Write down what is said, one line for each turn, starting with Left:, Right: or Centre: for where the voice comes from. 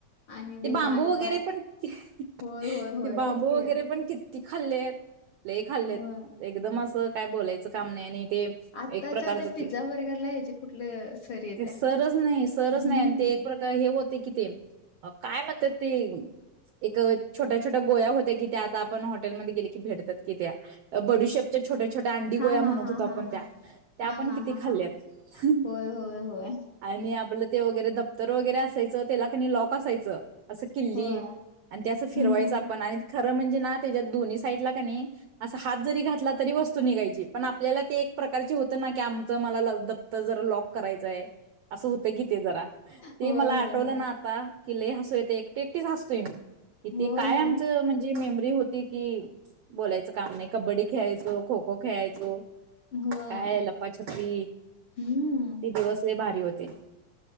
Left: आणि
Right: ते बांबू
Left: बारीक
Right: वगैरे
Left: बारीक
Right: पण, ते
Left: होय होय होय
Right: बांबू
Left: तेच की
Right: वगैरे पण कि ती खाल्लेत खाल्लेत,
Left: होय.
Right: एकदम असं काय बोलायचं काम नाही आणि ते
Left: आत्ताच्या
Right: एक प्रकारचं
Left: त्या पिझ्झा
Right: ते,
Left: बर्गरला ह्याची कुठली सर येत्या.
Right: ते सरज नाही सरज
Left: हम्म
Right: नाही आणि ते एक प्रका हे होते कि ते? काय म्हणतात ते, एक छोट्या छोट्या गोळ्या होत्या की त्या आता आपण हॉटेलमध्ये गेले की भेटतात कि त्या. बडीशपच्या छोट्या छोट्या अंडी
Left: हा
Right: गोळ्या
Left: हा
Right: म्हणत
Left: हा
Right: होत आपण
Left: हा हा
Right: त्या त्या
Left: हा
Right: आपण
Left: हा
Right: किती
Left: हा
Right: खाल्ल्यात
Left: हा होय होय होय
Right: आणि आप ते वगैरे तर वगैरे असायचं त्याला कणी लॉक असायचं असं किल्ली
Left: होय
Right: आणि ते असं फिरवायचं
Left: हम्म
Right: आपण आणि ख म्हणजे ना त्याच्या दोन्ही साईडला काणि असा हात जरी घातला तरी वस्तू निघायची पण आपल्याला ते एक प्रकारची होतं ना की आमचं मला दप्तर जरा लॉक करायचंय असं होतं कि ते जरा ते
Left: होय
Right: मला
Left: होय
Right: आठवलं
Left: होय
Right: ना आता कि ल हसतूयेत एकटे एकटी हसतोय मी किती
Left: होय
Right: काय आमचं म्हणजे मेमरी होती कि बोलायचं काम नाही कबड्डी खेळायचो खो खो खेळायचो
Left: होय
Right: काय लपाछप्पी
Left: हम्म
Right: ती दिवस लयी भारी होते ते